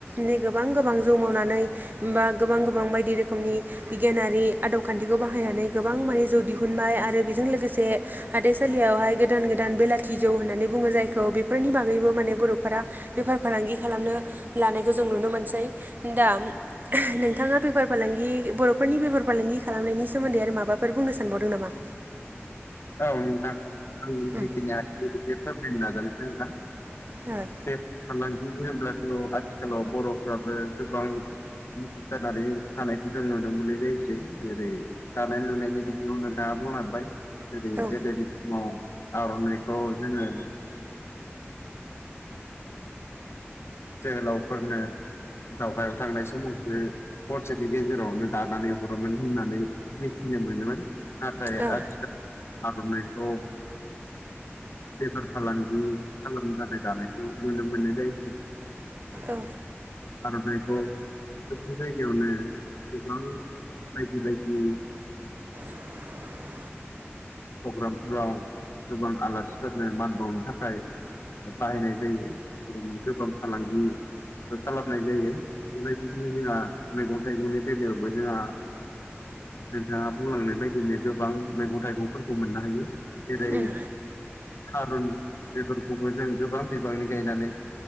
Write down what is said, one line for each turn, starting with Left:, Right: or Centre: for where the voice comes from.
Right: नै गोबां गोबां जौ मावनानै बा गोबां गोबां बायदि रोखोमनि बिगियानारि आदब खान्थिखौ बाहायनानै गोबां माने जौ दिहुनबाय आरो बेजों लोगोसे हाथाइ सालियावहाय गोदान गोदान बेलाथि जौ होननानै बुङो जायखौ बेफोरनि बागैबो माने बर'फोरा बेफार फालांगि खालामनो लानायखौ जों नुनो मोनसै दा <unintelligible> नोंथाङा बेफार फालांगि बर' फोरनि बेफार फालांगि खालामनायनि सोमोन्दै माबाफोर बुंनो सानबावदों नामा?
Left: औ नोंथां आं
Right: उम
Left: जेखिनिया <inaudible> नाजानोसै नोंथां।
Right: औ।
Left: बेप फालांगि होनब्लाथ' आथिखालाव बर'फ्राबो गोबां मुखुब जानानै थानायखौ जों नुनो मोननाय जायोसै जेरै दानाय लुनायनि बिथिङाव नों दाबुंलांबाय जेरै
Right: औ
Left: गोदोनि समाव आर'नाइखौ जोङो ओ जोहोलावफोरनो दावहायाव थांनाय समावसो हरसेनि गेजेरावनो दानानै हरोमोन होननानै मिथिनो मोनोमोन नाथाय
Right: औ
Left: आथिखाल आर'नायखौ बेफार फालांगि खालामनोथाखाय दानायखौ नुनो मोननाय जायोसोय
Right: औ
Left: आरनायखौ गोबां जायगायावनो गोबां बायदि बायदि
Right: <inaudible>
Left: ओ प्रग्रामफोराव गोबां आलासिफोरनो मान बावनो थाखाय बाहायनाय जायो बेयावनो गोबां फालांगि खालामनाय जायो बेबायदिनो जोंहा मैगं थाइगंनि बेलायावबो जोंहा नोंथाङा बुंलांनाय बायदिनो गोबां मैगं थाइगंफोरखौ मोननो हायो जेरै
Right: उम
Left: थारुन बेफोरखौबो जों गोबां बिबांनि गायनानै